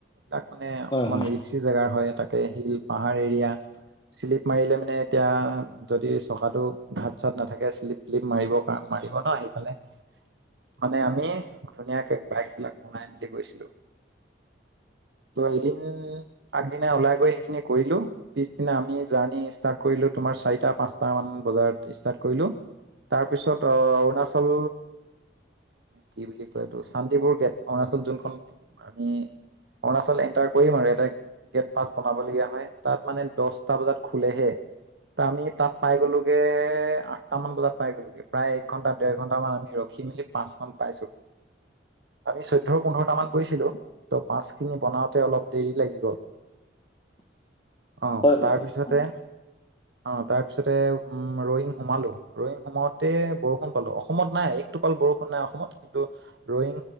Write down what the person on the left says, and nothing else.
হয়
হয়
হয়
হয় অ